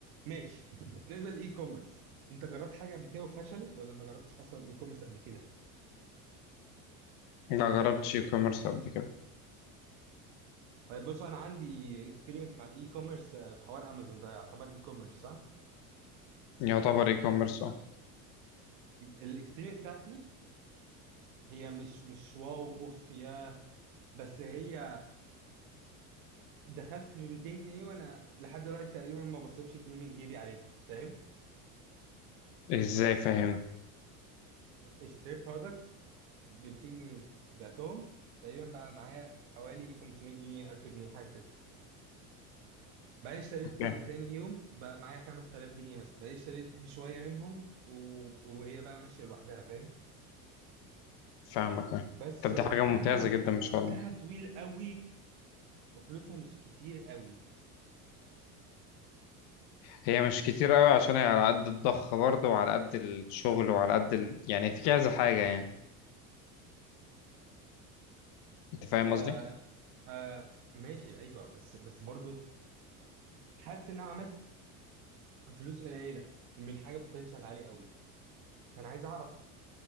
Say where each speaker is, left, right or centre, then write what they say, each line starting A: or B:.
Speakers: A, on the right; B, on the left.
A: ماشي نزل اي كوميرس انت جربت حاجه قبل كده وفشلت ولا ما جربتش اصلا اي كوميرس قبل كده
B: لا جربتش اي كوميرس قبل كده
A: طيب بص انا عندي اكسبيرينس مع الاي كوميرس في حوار امازون ده يعتبر اي كوميرس صح
B: يعتبر اي كوميرس اه
A: الاكسبيرينس بتاعتي هي مش مش واو اوف يا بس هي دخلت ب 200 جنيه وانا لحد دلوقتي تقريبا ما بصرفش جنيه من جيبي عليها فاهم
B: ازاي فاهم
A: اشتريت برودكت ب 200 جنيه بعتهم تقريبا بقى معايا حوالي 500 جنيه 1000 جنيه حاجه كده. بقى اشتريت
B: اوكي
A: تا- تاني ليهم بقى معايا 5000 جنيه مثلا بقى اشتريت بشويه منهم و... وهي بقى ماشيه لوحدها فاهم
B: فاهمك أه.
A: بس
B: طب
A: وقتها
B: دي حاجة ممتازة جدا ما
A: وقتها
B: شاء الله
A: طويل قوي وفلوسها مش كتير قوي
B: هي مش كتير قوي عشان هي على قد الضخ برضه وعلى قد الشغل وعلى قد ال... يعني في كذا حاجة يعني انت فاهم
A: ف
B: قصدي
A: آه... ماشي ايوه بس بس برضو حاسس ان انا عملت فلوس قليله من حاجه بوتنشال عالي قوي فانا عايز اعرف